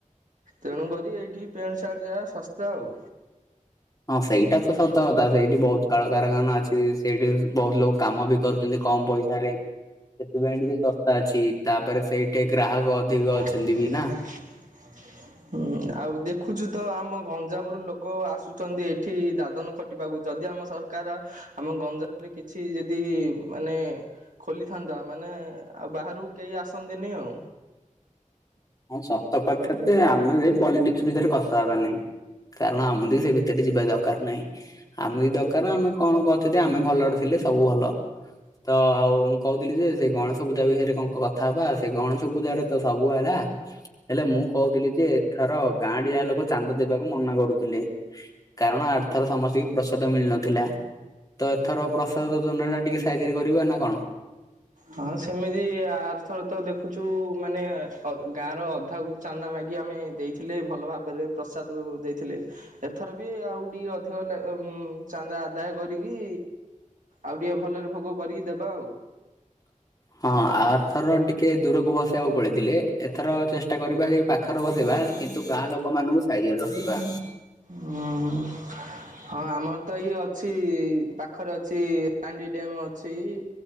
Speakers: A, on the right; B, on the left.
A: ତେଣୁକରି ଏଇଠି ପ୍ୟାଣ୍ଟ ସାର୍ଟ ଯାହା ଶସ୍ତା ଆଉ।
B: ହଁ ସେଇଟା ତ ସତକଥା ସେଇଠି ବହୁତ କଳକାରଖାନା ଅଛି ସେଇଠି ବହୁତ ଲୋକ କାମ ବି କରୁ କମ ପଇସାରେ ସେଥିପାଇଁ ଟିକେ ଶସ୍ତା ଅଛି ତାପରେ ସେଇଠି ଗ୍ରାହକ ଅଧିକ ଅଛି।
A: <unintelligible>
B: <unintelligible>
A: ହୁଁ ଆଉ ଦେଖୁଛ ତ ଆମ ଗଞ୍ଜାମରୁ ଲୋକ ଆସୁଛନ୍ତି ଏଇଠି ଏଠି ଦାଦନ ଖଟିବାକୁ ଯଦି ଆମ ସରକାର ଆମ ଗଞ୍ଜାମରେ କିଛି ଯଦି ମାନେ ଖୋଲିଥାନ୍ତା ମାନେ ଆଉ ବାହାରକୁ କେହି ଆସନ୍ତିନି ଆଉ।
B: ହଁ ସତ କଥା ତ ଆମେ ଏ ପଲିଟିକ୍ସ ଭିତରେ କଥା ହେବାନାଇଁ କାରଣ ଆମେ ସେ ଭିତରେ ଯ ଯିବା ଦରକାର ନାହିଁ ଆମ ବି ଦରକାର ଆମେ କଣ କରଛନ୍ତି ଆମେ ଭଲରେ ଥିଲେ ସବୁ ଭଲ। ତ ଆଉ ମୁଁ କହୁଥିଲି ଯେ ସେଇ ଗଣେଶ ପୂଜା ବିଷୟରେ କଥା ହବା ସେ ଗଣେଶ ପୂଜାଟା ତ ସବୁ ହେଲା। ହେଲେ ମୁଁ କହୁଥିଲି ଯେ ଏଥର ଗାଁ ଟି ଯାଙ୍କ ଲୋକ ଚାନ୍ଦ ଦେବାକୁ ମନା କରୁଥିଲେ। କାରଣ ଆର୍ଥର ସମସ୍ତଙ୍କୁ ପ୍ରସାଦ ମିଳିନଥିଲା। ତ ଏଥର ପ୍ରସାଦ ଯୋଜନା ଟା ଟିକେ ସାଇଜିରେ କରିବ ନା କଣ?
A: ହଁ ସେମିତି ଆର୍ଥର ତ ଦେଖୁଛୁ ମାନେ ଗାଁ ର ଅଧାକୁ ଚାନ୍ଦା ମାଗି ଆମେ ଦେଇଥିଲେ ଭଲ ଭାବରେ ପ୍ରସାଦ ଦେଇଥିଲେ। ଏଥର ବି ଆଉ ଟିକେ ଅଧିକ ଚାନ୍ଦା ଆଦାୟ କରିକି। ଆଉ ଟିକେ ଭଲରେ ଭୋଗ କରିକି ଦେବା ଆଉ।
B: ହଁ ଆର୍ଥର ଟିକେ ଦୂରକୁ ବସାଇବାକୁ ପଳାଇଥିଲେ ଏଥର ଚେଷ୍ଟା କରିବା ଯେ ପାଖରେ ବସେଇବା କିନ୍ତୁ ଗାଁ ଲୋକ ମାନଙ୍କୁ ସାଇଯିରେ ରଖିବା।
A: ହଁ ହଁ। ହଁ ଆମର ତ ଇଏ ଅଛି ପାଖରେ ଅଛି ପାଣ୍ଡିଆ ଡ୍ୟାମ ଅ ସେଇ